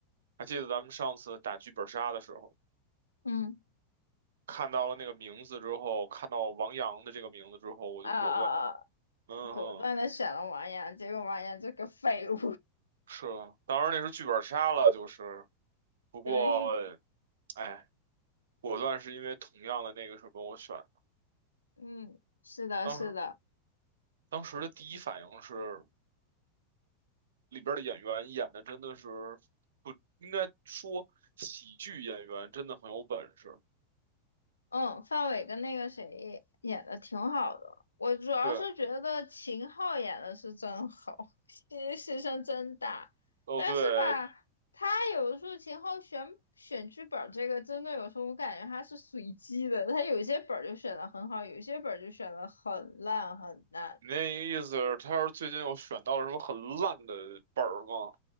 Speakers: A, on the right; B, on the left.
A: 还记得咱们上次打剧本杀的时候。
B: 嗯，
A: 看到了那个名字之后，看到王阳的这个名字之后，我就果断，
B: 啊啊啊！
A: 嗯哼，
B: 果断的选了王阳，结果王阳这个废物。
A: 是啊，当然那是剧本杀了，就是，不过，
B: <laughs> 对，
A: 哎，果断是因为同样的那个什么，我选的，
B: 嗯，是的，
A: 当时
B: 是的。
A: 当时的第一反应是里边的演员演的真的是不应该说喜剧演员真的很有本事，
B: 嗯，范伟跟那个谁演的挺好的，我主要是觉得秦昊演的是真好，
A: 对，
B: <laughs> 牺牺牲真大。
A: 哦对，
B: 但是吧，他有的时候秦昊选选剧本儿这个，真的有时候我感觉他是随机的，他有些本儿就选的很好，有些本儿就选的很烂很烂。
A: 你那意思是他要是最近又选到了什么很烂的本儿吗？